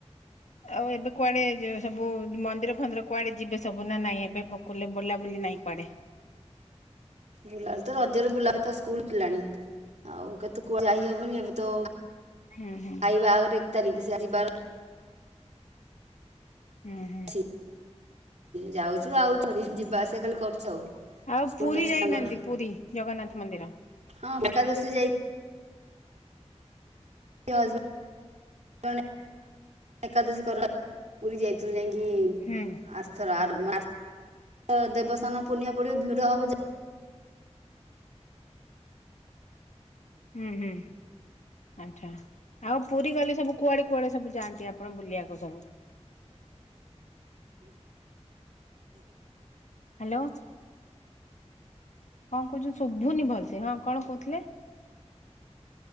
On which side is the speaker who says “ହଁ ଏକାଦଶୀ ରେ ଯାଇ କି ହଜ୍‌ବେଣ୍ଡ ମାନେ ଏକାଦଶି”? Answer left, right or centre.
Right